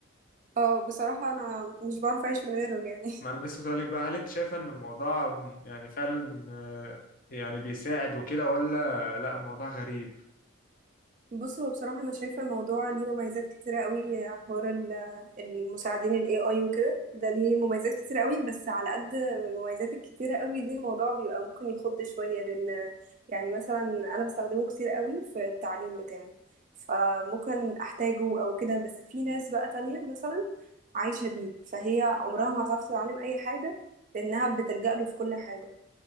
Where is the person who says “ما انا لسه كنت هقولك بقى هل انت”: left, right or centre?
Left